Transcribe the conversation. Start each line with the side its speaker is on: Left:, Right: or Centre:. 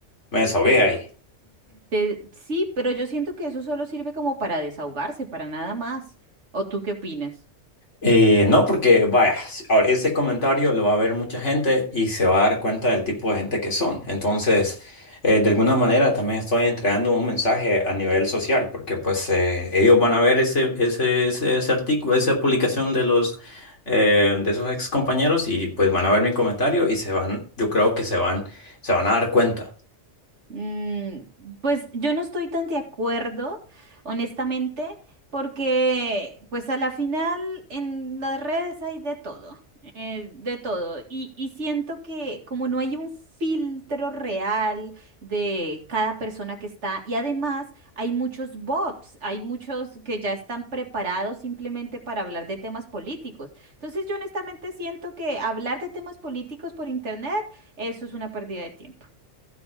Left: Me desahogué ahí.
Right: Te- sí, pero yo siento que eso solo sirve como para desahogarse, para nada más. ¿O tú qué opinas?
Left: Eh, no, porque vaya, si- ahora ese comentario lo va a ver mucha gente y se va a dar cuenta del tipo de gente que son. Entonces, eh, de alguna manera también estoy entregando un mensaje a nivel social, porque pues eh, ellos van a ver ese, ese, ese, ese artículo, esa publicación de los eh, de esos ex compañeros y pues van a ver mi comentario y se van, yo creo que se van, se van a dar cuenta.
Right: Mm, pues yo no estoy tan de acuerdo, honestamente, porque pues a la final en las redes hay de todo, eh, de todo. Y, y siento que como no hay un filtro real de cada persona que está, y además hay muchos bots, hay muchos que ya están preparados simplemente para hablar de temas políticos. Entonces yo honestamente siento que hablar de temas políticos por internet, eso es una pérdida de tiempo.